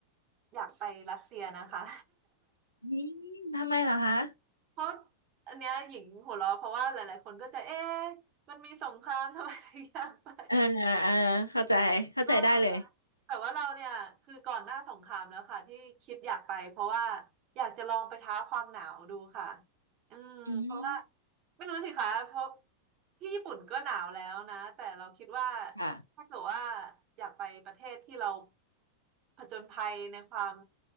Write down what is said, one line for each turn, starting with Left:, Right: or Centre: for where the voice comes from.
Right: อยากไปรัสเซียนะคะ
Left: อืมทำไมเหรอคะ
Right: เพราะอันเนี้ยหญิงหัวเราะเพราะว่าหลายๆคนก็จะเอ๊ะมันมีสงครามทำไมถึงอยากไป
Left: เออเออเข้าใจเข้าใจได้เลย
Right: เออแต่ว่าเราเนี่ยคือก่อนหน้าสงครามแล้วค่ะที่คิดอยากไปเพราะว่าอยากจะลองไปท้าความหนาวดูค่ะอืมเพราะว่า
Left: อืม
Right: ไม่รู้สิคะเพราะที่ญี่ปุ่นก็หนาวแล้วนะแต่เราคิดว่า
Left: ค่ะ
Right: ถ้าเกิดว่าอยากไปประเทศที่เราผจญภัยในความ